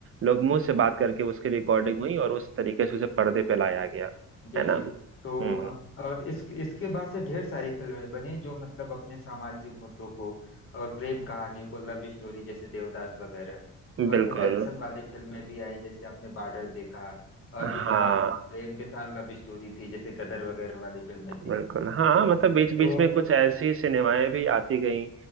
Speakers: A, on the right; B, on the left.
A: लोग मुंह से बात करके उसकी रिकॉर्डिंग हुई और उस तरीके से उसे पर्दे पे लाया गया
B: जी
A: है
B: जी
A: ना
B: तो
A: हम्म
B: अ, और इस इसके बाद से ढेर सारी फिल्में बनी जो मतलब अपने सामाजिक मुद्दों को और प्रेम कहानियों को लव स्टोरी जैसे देवदास वगैरह और
A: बिल्कुल
B: फिर एक्शन वाली फिल्में भी आई जैसे आपने बॉर्डर देखा और
A: हाँ
B: भी तमाम प्रेम के साथ लव स्टोरी थी जैसे गदर वगैरह वाली फिल्में थी
A: बिल्कुल हाँ मतलब बीच
B: तो
A: बीच में कुछ ऐसी सिनेमाएं भी आती गईं